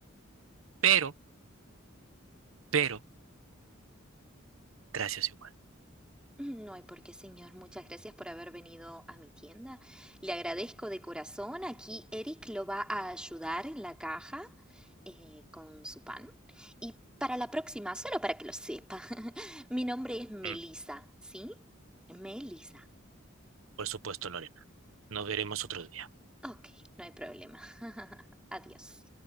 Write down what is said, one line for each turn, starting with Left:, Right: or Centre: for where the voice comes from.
Right: pero, pero, gracias igual.
Centre: No hay por qué, señor. Muchas gracias por haber venido a mi tienda. Le agradezco de corazón. Aquí Eric lo va a ayudar en la caja eh, con su pan. Y para la próxima, solo para que lo sepa, <laughs> mi nombre es Melissa,
Right: Mm,
Centre: ¿sí? Melissa.
Right: por supuesto, Lorena. Nos veremos otro día.
Centre: Ok, no hay problema. <laughs> Adiós.